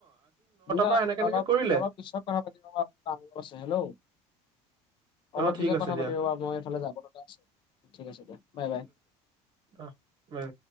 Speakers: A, on the left; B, on the right.
A: দিয়া
B: পৰা সেনেকে
A: অলপ
B: এনেকে কৰিলে
A: অলপ পিছত কথা পাতি লব অলপ কাম আছে। হেল্ল', অ',
B: অ
A: অলপ পিছত
B: ঠিক আছে
A: কথা
B: দিয়া
A: পাতিব বাৰু মই এফালে যাব লগা আছো ঠিক আছে দিয়া বাই বাই
B: অহ বাই